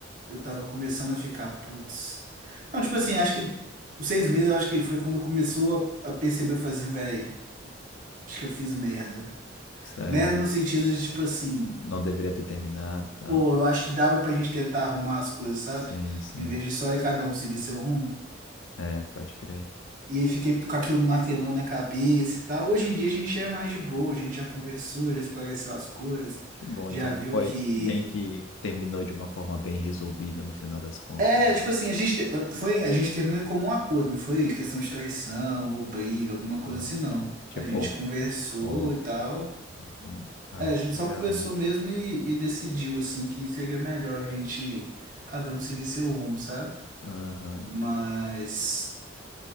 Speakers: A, on the right; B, on the left.
A: eu tava começando a ficar, putz. Não, tipo assim, acho que os seis meses eu acho que foi quando começou a, a perceber, eu falei assim, velho, acho que eu fiz merda.
B: Sério.
A: Merda no sentido de, tipo assim,
B: Não deveria ter terminado e tal.
A: pô, eu acho que dava pra gente tentar arrumar as coisas, sabe?
B: Sim, sim.
A: Em vez de só ir cada um seguir seu rumo.
B: É, pode crer.
A: E aí fiquei com aquilo martelando na cabeça e tal. Hoje em dia a gente já é mais de boa, a gente já conversou, já esclareceu as coisas,
B: Que bom,
A: já
B: então
A: viu
B: foi
A: que.
B: bem que terminou de uma forma bem resolvida no final das contas,
A: É,
B: então.
A: tipo assim, a gente, te- eh, foi, a gente terminou em comum acordo, não foi questão de traição ou briga, alguma coisa
B: Ah,
A: assim,
B: sim.
A: não.
B: Tipo,
A: A gente conversou
B: pô.
A: e tal.
B: hum, Ai,
A: É, a
B: que
A: gente
B: legal.
A: só conversou mesmo e, e decidiu, assim, que seria melhor a gente, cada um seguir seu rumo, sabe?
B: Aham.
A: Mas